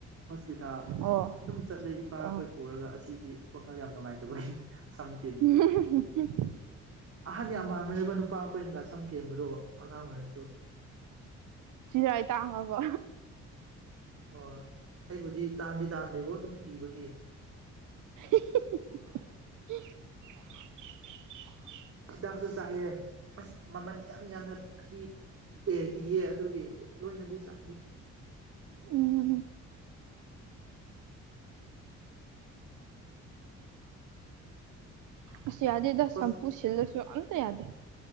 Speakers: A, on the right; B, on the right.
A: ꯍꯣꯁꯄꯤꯇꯥꯜ
B: ꯑꯣ
A: ꯑꯗꯨꯝ ꯆꯠꯂꯦ ꯏꯄꯥ
B: ꯑꯥ
A: ꯏꯈꯣꯏ ꯄꯨꯔꯒ ꯑꯁꯤꯗꯤ ꯋꯥꯈꯜ ꯌꯥꯝ ꯅꯨꯡꯉꯥꯏꯇꯕꯒꯤ ꯁꯝ
B: <unintelligible>
A: ꯀꯦꯟꯕꯗꯤ ꯑꯍꯟ ꯌꯥꯝ ꯃꯥꯟꯕꯅꯦꯕ ꯅꯨꯄꯥ ꯑꯩꯈꯣꯏꯅꯒ ꯁꯝ ꯀꯦꯟꯕꯗꯣ ꯑꯉꯥꯡ ꯑꯣꯏꯔꯁꯨ
B: ꯆꯤꯔꯥꯏ ꯇꯥꯡꯉꯕꯣ
A: ꯍꯣꯏ ꯑꯩꯕꯨꯗꯤ ꯇꯥꯟꯗꯤ ꯇꯥꯟꯗꯦꯕꯣ ꯑꯗꯨꯝ ꯀꯤꯕꯒꯤ
B: <unintelligible>
A: ꯍꯤꯗꯥꯛꯁꯨ ꯆꯥꯏꯑꯦ ꯑꯁ ꯃꯃꯜ ꯌꯥꯝ ꯌꯥꯝꯅ ꯆꯍꯤ ꯑꯦ ꯏꯌꯦ ꯑꯗꯨꯒꯤ ꯂꯣꯏꯅꯗꯤ ꯆꯥꯗꯦ
B: ꯎꯝ ꯑꯁ ꯌꯥꯗꯦꯗ ꯁꯝꯄꯨ
A: ꯍꯣꯁ
B: ꯁꯤꯜꯂꯁꯨ ꯑꯝꯇ ꯌꯥꯗꯦ